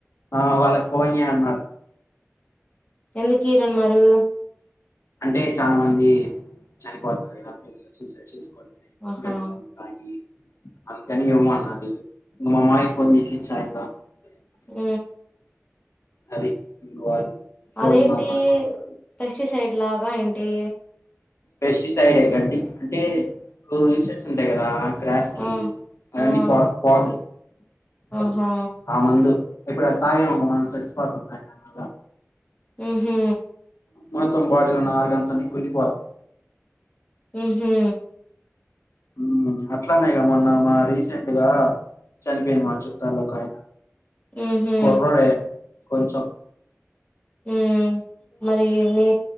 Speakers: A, on the left; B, on the left.
A: ఆ వాళ్ళకి ఫోన్ చెయ్యి అన్నాడు
B: ఎందుకు ఇయర్ అన్నారు
A: అంటే చాలా మంది చనిపోతున్నారు కదా పిల్లలు సూసైడ్ చేసు కొని
B: ఆహా
A: గడ్డి మందు తాగి అందుకని ఏమో నాకు తెలియదు నాడి <unintelligible>
B: ఊ
A: అది <unintelligible>
B: అదేంటి
A: మా మామయ్య మాట్లాడుతూ
B: ప్రేషస్ సైడ్ లాగా ఏంటి
A: పెస్టిసైడ్ గడ్డి అంటే ఇన్సెక్ట్స్ ఉంటాయి కదా గ్రాస్కి
B: ఆ
A: అలాన్నీ
B: ఆ
A: పోతయి
B: ఆహా
A: అది ఆ మందు ఎప్పుడు ఎల్తానే ఉంటం మనం సచ్చిపోతం <unintelligible>
B: ఉమ్ హూ
A: మొత్తం బాడీలో ఉన్న ఆర్గన్స్ అన్ని కుల్లిపోతాయి
B: ఉమ్ హూ
A: ఉమ్ అట్లానేగా మొన్న మ రీసెంట్ గా చనిపోయింది మార్చు తలకాయ
B: ఉహు
A: కుర్రోడే కొంచం
B: ఊ మరి మీ